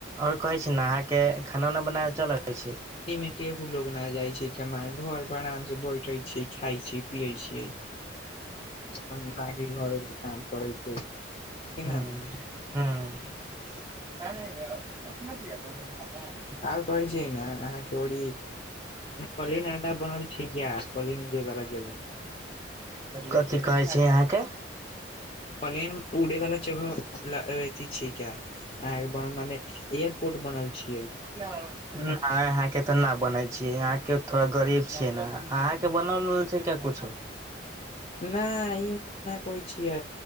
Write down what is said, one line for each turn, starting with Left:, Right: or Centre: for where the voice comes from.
Right: आओर कहै छी ने अहाँकेँ खाना उना बनाब चलै छै।
Left: एहि मे केहू लोग न जाय छै, कमाय घर पर आराम से बैठ। उठे छै खाय छी पियै छै अपन गाड़ी घर। कम पइते छै किना
Right: ह ह, नहिना
Left: आओर कहै छै, ने अहाँकेँ ओरी पलेन अंडा बनल छै य। पलीन देवार जग।
Right: कथि कहै छै यहाँकेँ
Left: प्लेन उड़े वाला जगह छियै क्य अहाँकेँ मने एयरपोर्ट बनल छै।
Right: ह। नहि अहाँकेँ तऽ नहि बनै छियै अहाँकेँ थोड़ा गरीब छियै ने अहाँकेँ बनल छै, क्य कुछो।
Left: नहि ई हम नहि कहै छिय